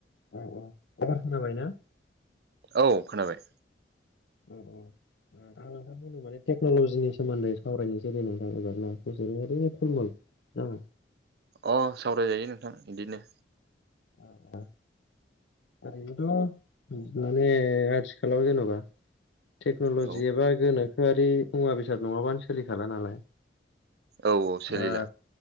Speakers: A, on the left; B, on the right.
A: औ औ एबार खोनाबायना?
B: औ खोनाबाय
A: अ अ <unintelligible> माने टेक्न'लजिनि सोमोनदै सावरायनोसै दे नोंथां एबार न? जेरैबादि बे फलमल ना?
B: अ सावरायजायो नोंथां बिदिनो
A: आ आ ओरैनोथ' माने आथिखालाव जेन'बा टेक्न'ल'जि
B: औ
A: एबा गोनोखोआरि मुवा-बेसाद नङाबानो सोलिखाला नालाय
B: औ सोलिला
A: दा